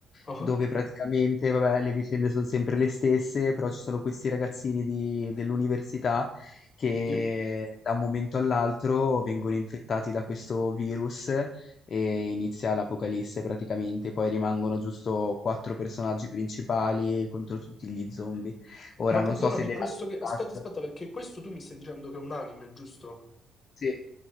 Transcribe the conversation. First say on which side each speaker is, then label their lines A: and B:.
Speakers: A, on the left; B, on the left.
A: ah,
B: dove praticamente, vabbè, le vicende sono sempre le stesse, però ci sono questi ragazzini di- dell'università che
A: sì.
B: da un momento all'altro vengono infettati da questo virus e inizia l'apocalisse praticamente. Poi rimangono giusto quattro personaggi principali contro tutti gli zombie. Ora
A: Ma perdonami,
B: non so se The
A: questo
B: Last of
A: che... Aspetta,
B: Us...
A: aspetta, perché questo tu mi stai dicendo che è un anime, giusto?
B: Sì.